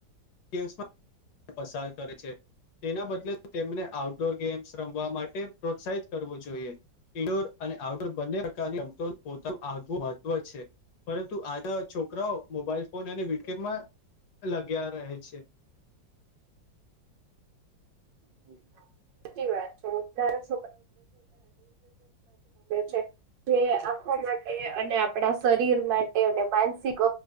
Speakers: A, on the left; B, on the right.
A: ગેમ્સમાં પસાર કરે છે. તેના બદલે તેમને આઉટડોર ગેમ્સ રમવા માટે પ્રોત્સાહિત કરવું જોઈએ. ઇડોર અને આઉટડોર બંને પ્રકારની અમતો પોતાનું આગવું મહત્વ છે. પરંતુ આટ છોકરાઓ મોબાઈલ ફોન અને વિડકેપમાં લગ્યા રહે. છે.
B: <inaudible> સાચી વાત છે. <unintelligible> જે આખો માટે અને આપણા શરીર માટે અને માનસિક